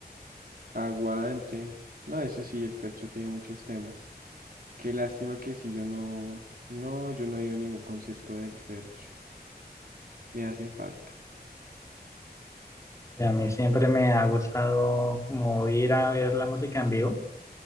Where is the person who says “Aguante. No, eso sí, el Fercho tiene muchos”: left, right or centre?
Right